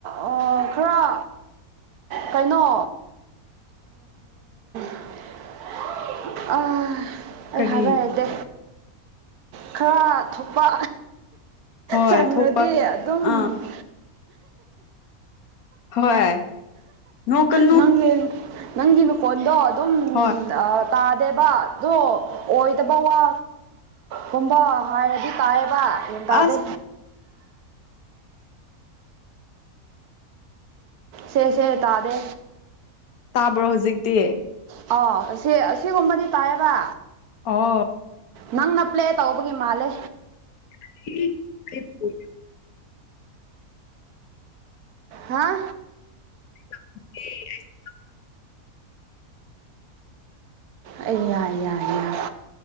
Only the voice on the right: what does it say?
ꯑ ꯈꯔ ꯀꯩꯅꯣ <inaudible> ꯑ ꯑꯩ
ꯍꯥꯢꯕ ꯍꯩꯇꯦ ꯈꯔ ꯊꯣꯛꯄ
ꯆꯪꯔꯗꯤ
ꯑꯗꯨꯝ
<inaudible>
ꯅꯪꯒꯤ ꯅꯪꯒꯤ ꯃꯈꯣꯟꯗꯣ ꯑꯗꯨꯝ
ꯑ ꯇꯥꯗꯦꯕꯗꯣ ꯑꯣꯏꯗꯕ ꯋꯥ ꯀꯨꯝꯕ ꯍꯥꯏꯔꯗꯤ ꯇꯥꯏꯌꯦ ꯕ ꯕ ꯒ꯭ꯌꯥꯟ ꯇꯥꯗꯦ
ꯁꯦ ꯁꯦ ꯇꯥꯗꯦ
ꯑ ꯑꯁꯤ ꯑꯁꯤꯒꯨꯝꯕꯗꯤ ꯇꯥꯏꯌꯦꯕ
ꯅꯪꯅ ꯄ꯭ꯂꯦ ꯇꯧꯕꯒꯤ ꯃꯥꯜꯂꯦ
ꯍꯥ
ꯑꯩ ꯌꯥ ꯌꯥꯢꯅ